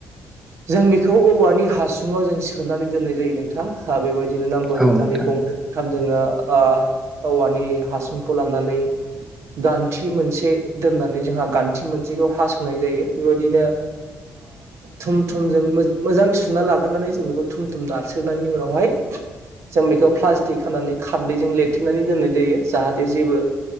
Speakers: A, on the right (about 60°); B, in the centre.
A: जों बेखौ औवानि हासुङाव जों सोनानै दोननाय जायो नोंथां हा बेबायदि बिदिनो नांगौ
B: हागोन
A: जखानि
B: औ नोंथां।
A: गंनैथाम जोङो ओ औवानि हासुंखौ लानानै गान्थि मोनसे दोननानै जोंहा जोंहा गान्थि मोनसेखौ हास'नाय जायो बेबायदिनो थुम थुमजों मोजां सुना लादेरनानै जों बेखौ थुम थुम नारसोननायनि उनावहाय जों बेखौ प्लास्टिक खानानै खारदैजों लिरथेनानै दोननाय जायो जाहाथे जेबो